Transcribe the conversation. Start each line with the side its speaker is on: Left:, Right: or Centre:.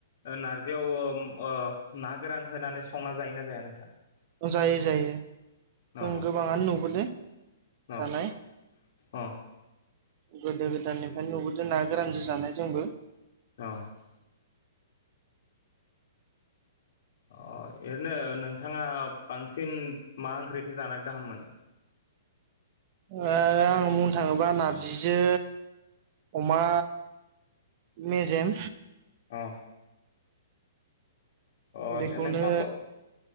Left: ओ नार्जियाव ओ अ ना गोरान होनानै संना जायोना जाया नोंथां?
Right: जायो जायो। जों
Left: अ
Right: गोबाङानो नुबोदो
Left: अ
Right: जानाय।
Left: अ
Right: गोदो गोदायनिफ्रायनो नुबोदों ना गोरानजो जानाय जोंबो।
Left: औ। अ ओरैनो नोंथाङा बांसिन मा ओंख्रिखौ जानाया गाहाम मोनो?
Right: ओ आं बुंनो थाङोबा नार्जिजो अमा मेजेम।
Left: अ। अ
Right: बेखौनो
Left: नोंथाङा